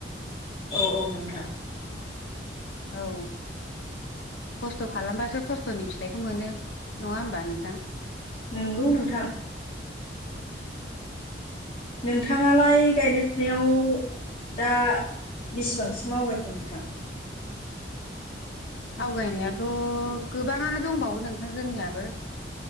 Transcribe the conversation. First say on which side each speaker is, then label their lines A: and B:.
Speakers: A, on the left; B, on the left.
A: औ औ नोंथां।
B: औ खस्थ' खालामबासो खस्थ'नि फिथाइखौ मोनो नङा होमबा नोंथां?
A: नोंगौ नोंथां। नोंथाङालाय गायनाय फुनायाव दा बेसिबांसिम आवगायखो नोंथां?
B: आवगायनायाथ' गोबाङानो दंबावो नोंथां जोंनियाबो।